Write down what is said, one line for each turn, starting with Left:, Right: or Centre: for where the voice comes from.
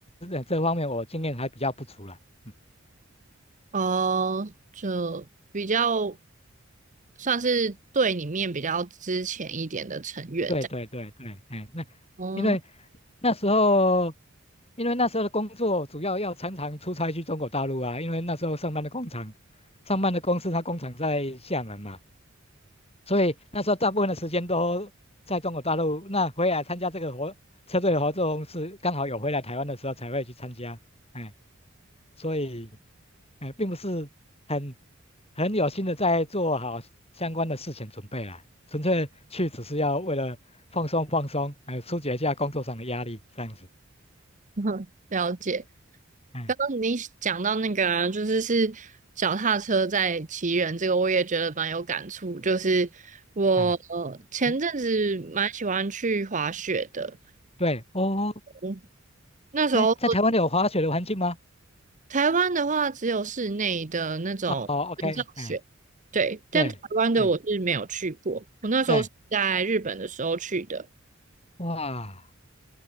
Left: 这这方面我经验还比较不足了。嗯
Right: 哦，就比较算是队里面比较之前一点的成员这样。
Left: 对对对对，哎，那因为
Right: 哦，
Left: 那时候，因为那时候的工作主要要常常出差去中国大陆啊，因为那时候上班的工厂，上班的公司它工厂在厦门嘛，所以那时候大部分的时间都在中国大陆。那回来参加这个活车队的活动是刚好有回来台湾的时候才会去参加。哎，所以，哎，并不是很很有心的在做好相关的事情准备啦，纯粹去只是要为了放松放松，还有疏解一下工作上的压力这样子。
Right: <laughs> 了解。
Left: 哎
Right: 刚刚你讲到那个啊，就是是脚踏车在骑人这个，我也觉得蛮有感触。就是我呃前阵子蛮喜欢去滑雪的，
Left: 哎，嗯，对哦，
Right: 嗯那时候
Left: 哎，在台湾有滑雪的环境吗？
Right: 台湾的话只有室内的那种水上雪，
Left: 哦哦，OK，哎，
Right: 对，但台湾的我是没有去过。
Left: 对，嗯，
Right: 我那时候是在日本的时候去的。
Left: 对，哇